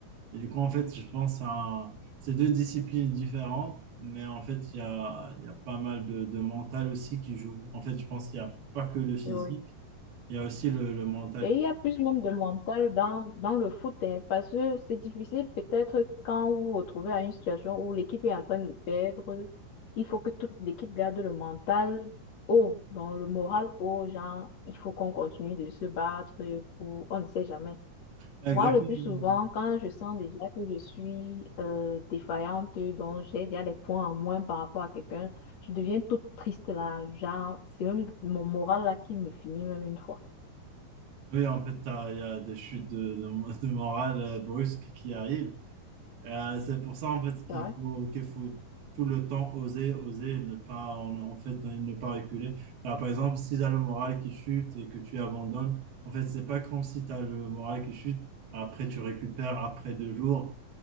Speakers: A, on the right (about 80°); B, on the left (about 45°).
A: Et du coup, en fait, je pense à ces deux disciplines différentes, mais en fait, il y a, il y a pas mal de, de mental aussi qui joue. En fait, je pense qu'il n'y a pas que le physique,
B: oui, oui.
A: il y a aussi le, le mental.
B: Et il y a plus même de mental dans, dans le foot, hein, parce que c'est difficile peut-être quand vous vous retrouvez à une situation où l'équipe est en train de perdre, il faut que toute l'équipe garde le mental haut, dans le moral haut, genre, il faut qu'on continue de se battre pour, on ne sait jamais.
A: Ah, Exactement.
B: Moi, le plus souvent, quand je sens déjà que je suis euh, défaillante, donc j'ai déjà des points en moins par rapport à quelqu'un, je deviens toute triste là. Genre, c'est même mon moral là qui me finit même une fois.
A: Oui, en fait, t'as- il y a des chutes de, de, de morale euh, brusques qui arrivent. Euh, c'est pour ça, en fait, qu'il
B: C'est vrai,
A: faut, qu'il faut tout le temps oser, oser, et ne pas, en, en fait, ne pas reculer. Car, par exemple, si tu as le moral qui chute et que tu abandonnes, en fait, c'est pas comme si tu as le moral qui chute, après tu récupères après deux jours,